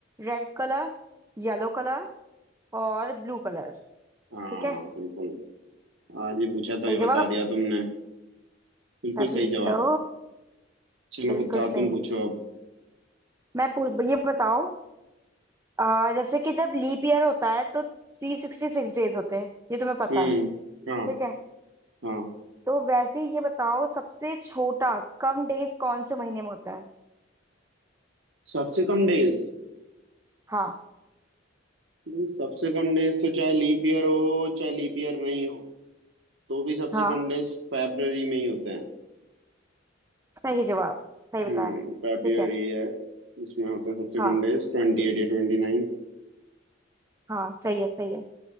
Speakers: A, on the right (about 15°); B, on the right (about 75°).
A: रेड कलर येलो कलर और ब्लू कलर
B: हाँ
A: ठीक है
B: बिल्कुल आज ही पूछा तो
A: सही
B: ये बता
A: जवाब
B: दिया तुमने बिल्कुल
A: तभी
B: सही जवाब
A: तो
B: चलो
A: बिल्कुल
B: बताओ
A: सही
B: तुम पूछो अब
A: मैं पूछ ये बताओ आ, जैसे कि जब लीप ईयर होता है तो थ्री सिक्सटी सिक्स डेज होते हैं ये तुम्हें पता
B: हम्म
A: है ठीक
B: हाँ
A: है
B: हाँ
A: तो वैसे ही ये बताओ सबसे छोटा कम डेज कौन से महीने में होता है
B: सबसे कम डेज
A: हाँ
B: सबसे कम डेज तो चाहे लीप ईयर हो चाहे लीप ईयर नहीं हो तो भी सबसे
A: हाँ
B: कम डेज फरवरी में ही होते हैं
A: सही जवाब सही
B: हम्म
A: बताया
B: फरवरी
A: ठीक है
B: है इसमें होता है सबसे
A: हाँ
B: कम डेज ट्वेंटी एट या ट्वेंटी नाइन
A: हाँ सही है सही है